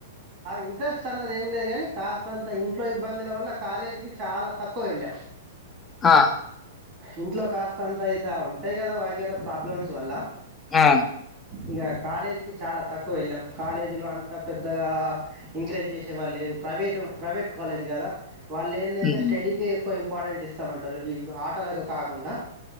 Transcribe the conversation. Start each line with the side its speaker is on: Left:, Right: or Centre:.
Right: ఇంట్రెస్ట్ అన్నది ఏం లేదు కానీ కాస్త అంత ఇంట్లో ఇబ్బందుల వల్ల కాలేజీకి చాలా తక్కువ వెళ్ళాం
Left: ఆ
Right: ఇంట్లో కాస్త అంత అయిత ఉంటాయి కదా వగైర ప్రాబ్లమ్స్ వల్ల
Left: ఆ
Right: ఇక కాలేజ్ కి చాలా తక్కువ వెళ్ళాం కాలేజీలో అంతా పెద్దగా ఎంకరేజ్ చేసేవాళ్ళు లే ప్రైవేటు ప్రైవేట్ కాలేజ్ కదా వాళ్ళ ఏందంటె
Left: హ్మ్.
Right: స్టడీ కే ఎక్ ఎక్కువ ఇంపార్టెంట్ ఇస్తామంటారు ఈ ఆటలకు కాకుండా